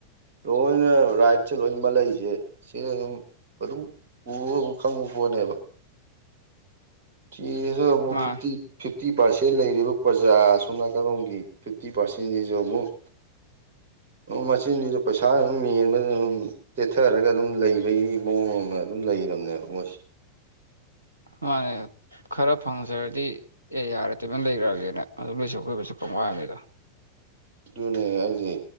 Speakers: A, on the right; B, on the right.
A: ꯂꯣꯏꯅ ꯔꯥꯏꯠꯁꯦ ꯂꯣꯏ ꯃꯥꯜꯂꯛꯏꯁꯦ ꯁꯤꯅ ꯑꯗꯨꯝ ꯑꯗꯨꯝ ꯎꯕꯒ ꯈꯪꯕ ꯄꯣꯠꯅꯦꯕ <unintelligible>
B: ꯃꯥꯅꯦ
A: ꯐꯤꯞꯇꯤ ꯐꯤꯞꯇꯤ ꯄꯥꫪꯁꯦꯟ ꯂꯩꯔꯤꯕ ꯄ꯭ꯔꯖꯥ ꯑꯁꯣꯝ ꯅꯥꯀꯗꯣꯝꯒꯤ ꯐꯤꯐꯇꯤ ꯄꯥꫪꯁꯦꯟꯁꯤꯁꯨ ꯑꯃꯨꯛ <inaudible> ꯑꯣ ꯃꯆꯤꯟꯁꯤꯖꯨ ꯄꯩꯁꯅ ꯑꯗꯨꯝ ꯃꯦꯟꯕꯗ ꯑꯗꯨꯝ ꯇꯦꯠꯊꯔꯒ ꯑꯗꯨꯝ ꯂꯩꯕꯒꯤ ꯃꯑꯣꯡ ꯑꯃ ꯑꯗꯨꯝ ꯂꯩ ꯂꯩꯔꯝꯅꯦꯕ ꯃꫭꯏꯁꯦ
B: ꯃꯥꯅꯦ ꯈꯔ ꯐꯪꯖꯔꯗꯤ ꯑꯦ ꯌꯥꯔꯦ ꯇꯨꯃꯤꯅ ꯂꯩꯈ꯭ꯔꯒꯦꯅ ꯑꯗꯨꯝ <unintelligible> ꯋꯥꯅꯤꯗ
A: ꯑꯗꯨꯅꯦ ꯍꯥꯏꯗꯤ